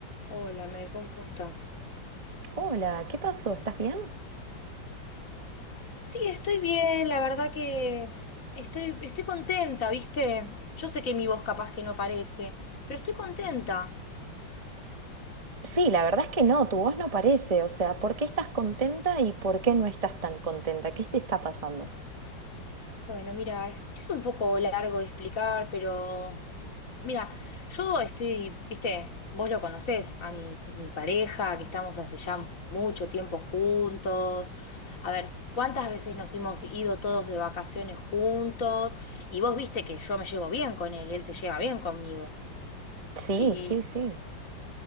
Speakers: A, on the left; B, on the right.
A: Hola, Mel, ¿cómo estás?
B: Hola, ¿qué pasó? ¿Estás bien?
A: Sí, estoy bien, la verdad que estoy, estoy contenta, ¿viste? Yo sé que mi voz capaz que no parece, pero estoy contenta.
B: Sí, la verdad es que no, tu voz no parece. O sea, ¿por qué estás contenta y por qué no estás tan contenta? ¿Qué te está pasando?
A: Bueno, mira, es, es un poco largo de explicar, pero mira, yo estoy, ¿viste? Vos lo conocés, a mi, mi pareja, que estamos hace ya mucho tiempo juntos. A ver, ¿cuántas veces nos hemos ido todos de vacaciones juntos? Y vos viste que yo me llevo bien con él, él se lleva bien conmigo.
B: Sí,
A: Sí,
B: sí, sí.